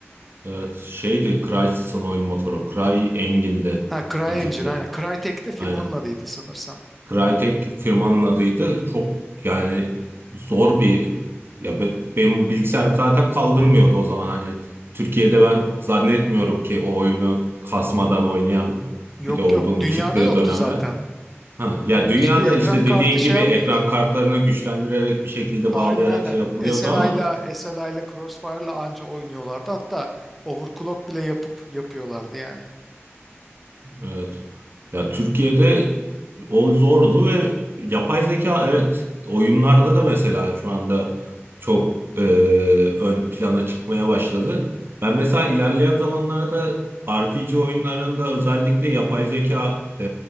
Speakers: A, on the right; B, in the centre.
A: Evet, şeydi Crysis'ın oyun motoru. Cry Engin'di.
B: Ha CryEngine
A: İncil'di.
B: aynen. Crytek de firmanın
A: Aynen.
B: adıydı sanırsam.
A: Crytek firmanın adıydı. Çok yani zor bir ya be- benim bilgisayarım zaten kaldırmıyordu o zaman hani Türkiye'de ben zannetmiyorum ki o oyunu kasmadan oynayan
B: Yok
A: biri olduğunu
B: yok dünyada
A: çıktığı
B: yoktu
A: dönemde.
B: zaten.
A: Ha, ya dünyada
B: Hiçbir ekran
A: işte
B: kartı
A: dediğin
B: şey
A: gibi
B: yapmıyordu.
A: ekran kartlarını güçlendirerek bir şekilde
B: Aynen
A: bağlayarak
B: aynen.
A: şey yapılıyordu
B: SLI'la
A: ama
B: SLI'la Crossfire'la anca oynuyorlardı. Hatta overclock bile yapıp yapıyorlardı yani.
A: Evet. Ya Türkiye'de o zordu ve yapay zeka evet oyunlarda da mesela şu anda çok e, ön plana çıkmaya başladı. Ben mesela ilerleyen zamanlarda RPG oyunlarında özellikle yapay zeka e,